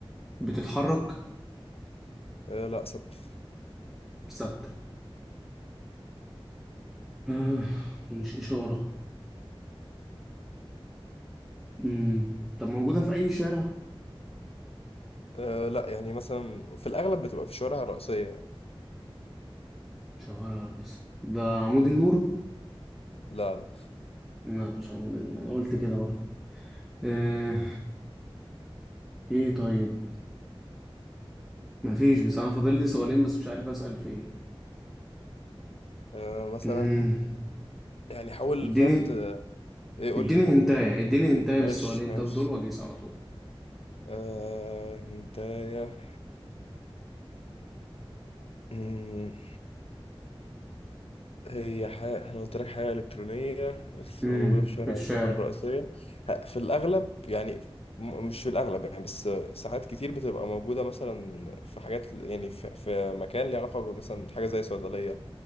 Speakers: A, in the centre; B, on the left.
A: بتتحرك
B: آه لا ثابت
A: ثابتة آه، ومش إشارة مم. طب موجودة في أي شارع
B: آه لا يعني مثلا في الاغلب بتبقى في الشوارع الرئيسية يعني.
A: شغالة على الأسف ده عمود النور
B: لا لا
A: لا مش عمود النور أنا قلت كده برضه آه. إيه طيب مفيش بس أنا فاضل لي سؤالين بس مش عارف أسأل في إيه
B: آه مثلا
A: مم.
B: يعني حاول
A: اديني
B: فهمت ايه قول
A: اديني
B: لي
A: هنتاية اديني هنتاية
B: ماشي
A: بالسؤالين
B: ماشي
A: طب دول وأجيس على طول
B: آه انت يا مم. هي حاجة احنا قلت لك حاجة إلكترونية بس
A: مم.
B: وموجودة في الشارع
A: في الشارع
B: يعتبر الرئيسية ه- في الأغلب يعني م- مش في الأغلب يعني بس ساعات كتير بتبقى موجودة مثلا في حاجات يعني في, في مكان ليه علاقة مثلا حاجة زي صيدلية